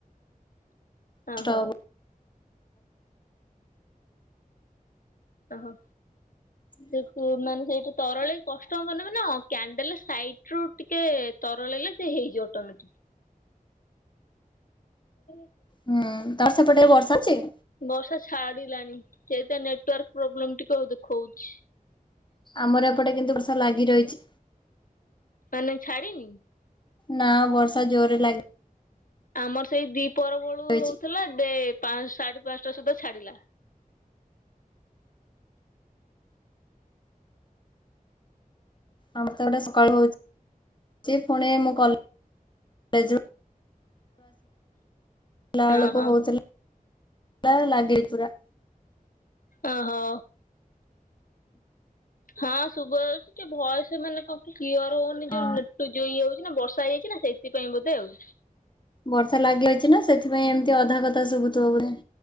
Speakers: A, on the left; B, on the left.
A: କଷ୍ଟ
B: ଓହୋ।
A: ହବ।
B: ଓହୋ।
A: ହଁ
B: ସେ ମାନେ ସେଇଠି ତରଳେଇକି କଷ୍ଟ ହବନା ମାନେ କ୍ୟାଣ୍ଡେଲ ସାଇଟ ରୁ ଟିକେ ତରଳେଇଲେ ସେ ହେଇଯିବ ଅଟୋମେଟିକ୍। <unintelligible>
A: ହୁଁ ତମ ସେପଟେ ବର୍ଷା ଅଛି।
B: ବର୍ଷା ଛାଡିଲାଣି ସେଟ ନେଟୱାର୍କ ପ୍ରୋବ୍ଲେମ ଟିକେ ଦେଖଉଛି।
A: ଆମର ଏପଟେ କିନ୍ତୁ ବର୍ଷା ଲାଗି ରହିଛି।
B: ମାନେ ଛାଡ଼ିନିି।
A: ନା ବର୍ଷା ଜୋର ରେ ଲାଗ
B: ଆମର ସେଇ ଦି ପର ବଳୁ
A: ରହିଛି।
B: ହଉଥିଲା ଦେ ପାଞ୍ଚ ସାଢେ ପାଞ୍ଚଟା ସୁଦ୍ଧା ଛାଡିଲା।
A: ଆମ ତ ଗୋଟେ ସକାଳୁ ହଉଛି ପୁଣି ମୁଁ କଲ <unintelligible> ବେଳକୁ
B: ଓହୋ
A: ହଉଥିଲା। ବା ଲାଗେ ପୁରା।
B: ଆଃ ହୋ। ହଁ ଶୁବା ଯାଉଛି ଯେ ଭୟସ ମାନେ କଣ କି କିଓର ହଉନି
A: ହଁ
B: ଯୋଉ ନଟୁ ଜଇ ହଉଚି ନା ବର୍ଷା ହେଇ ଯାଇଛି ନା ସେଥିପାଇଁ ବୋଧେ ଆଉ
A: ବର୍ଷା ଲାଗିଲଇଚି ନା ସେଥିପାଇଁ ଏମିତି ଅଧା କଥା ଶୁଭୁଥିବ ବୋଧେ